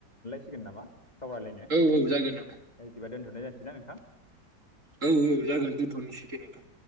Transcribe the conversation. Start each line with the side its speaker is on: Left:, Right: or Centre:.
Left: सिगोन नामा? सावरायलायनो
Right: औ औ जागोन नोंथां
Left: दा बिदिबा दोन्थ' लायनाय जानोसै ना नोंथां?
Right: औ औ जागोन। दोनथ'नोसै दे नोंथां।